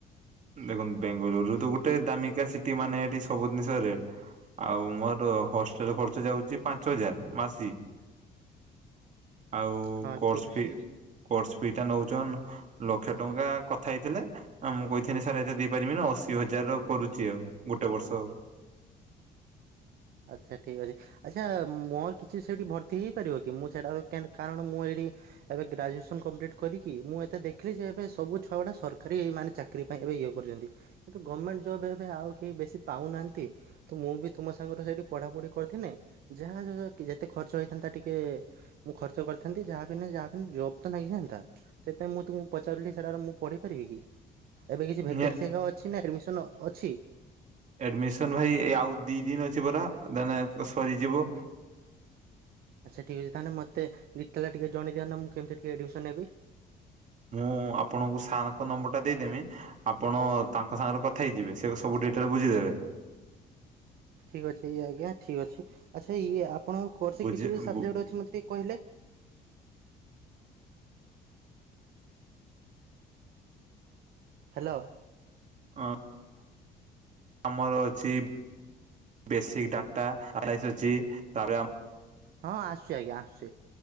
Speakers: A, on the right; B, on the right.
A: ଦେଖନ୍ତୁ ବେଙ୍ଗାଲୁରରୁ ତ ଗୋଟେ ଦାମିକା ସିଟି ମାନେ ଏଠି ସବୁ ଜିନିଷ ରେଟ୍। ଆଉ ମୋର ହଷ୍ଟେଲ ଖର୍ଚ୍ଚ ଯାଉଛି ପାଞ୍ଚ ହଜାର ମାସି। ଆଉ
B: ହଁ
A: କୋର୍ସ
B: ଠିକ୍ ଅଛି
A: ଫି କୋର୍ସ ଫି ଟା ନଉଛନ୍ ଲକ୍ଷେ ଟଙ୍କା କଥା ହେଇଥିଲେ ମୁଁ କହିଥି ନି ସାର ଏତେ ଦେଇପାରିବି ନା ଅଶୀ ହଜାର ର କରୁଛି ଆଉ ଗୋଟେ ବର୍ଷ ଆଉ।
B: ଆଚ୍ଛା ଠିକ୍ ଅଛି। ଆଚ୍ଛା ମୋର କିଛି ସେଇଠି ଭର୍ତି ହେଇପାରିବ କି ମୁଁ ସେଟା କାରଣ ମୁଁ ଏଇଠି ଏବେ ଗ୍ରାଜୁଏସନ କମ୍ପ୍ଲିଟ୍ କରିକି ମୁଁ ଏତେ ଦେଖିଲି ଯେ ଏବେ ସବୁ ଛୁଆଅଡା ସରକାରୀ ମାନେ ଚାକିରି ଚାକିରି ପାଇଁ ଏବେ ଇଏ କରୁଛନ୍ତି କିନ୍ତୁ ଗଭର୍ଣମେଣ୍ଟ ଜବ୍ ଏବେ ଆଉ କେହି ବେଶୀ ପାଉନାହାନ୍ତି ତ ମୁଁ ବି ତୁମ ସାଙ୍ଗର ସେଠି ପଢାପଢି କରିଥିନେ ଯାହା ଯେତେ ଖର୍ଚ୍ଚ ହେଇଥାନ୍ତା ଟିକେ ମୁଁ ଖର୍ଚ୍ଚ କରିଥାନ୍ତି ଯାହା ବି ଯାହାବି ଜବ୍ ତ ନେଇଯାଆନ୍ତା? ସେଥିପାଇଁ ତୁମକୁ ପଚାରିଲି ସେଟାରେ ମୁଁ ପଢ଼ିପାରିବି କି? ଏବେ କିଛି ଭ୍ୟାକେନ୍ସି
A: ନିହା
B: ଅଛି ନା ଆଡମିସନ ଅଛି?
A: ଆଡମିସନ ଭାଇ ଆଉ ଦି ଦିନ ଅଛି ପରା ଦେନ ସରିଯିବ।
B: ଆଚ୍ଛା ଠିକ ଅଛି ତାହେଲେ ମତେ <unintelligible> ଟିକେ ଜଣ ଦିଅ ନା ମୁଁ କେମତି ଟିକେ ଆଡ଼ମିନ୍ ହେବି?
A: ମୁଁ ଆପଣଙ୍କୁ ସାରଙ୍କ ନମ୍ବର ଟା ଦେଇଦେମି। ଆପଣ ତାଙ୍କ ସାଙ୍ଗରେ କଥା ହେଇଯିବେ ସେ ସବୁ ଡିଟେଲ ବୁଝିଦେବେ।
B: ଠିକ୍ ଅଛି ଆଜ୍ଞା ଠିକ ଅଛି ଆଚ୍ଛା ଇଏ ଆପଣଙ୍କ କୋର୍
A: ବୁଝି
B: କିଛି ସଜେକ୍ଟ
A: ବୁ
B: ଅଛି ମତେ ଟିକେ କହିଲେ? ହାଲୋ।
A: ହଁ। ଆମର ଅଛି ବେସିକ୍ ଡାଟା <unintelligible> ତାପରେ ଆ
B: ହଁ ଆସୁଛି, ଆଜ୍ଞା ଆସୁଛି।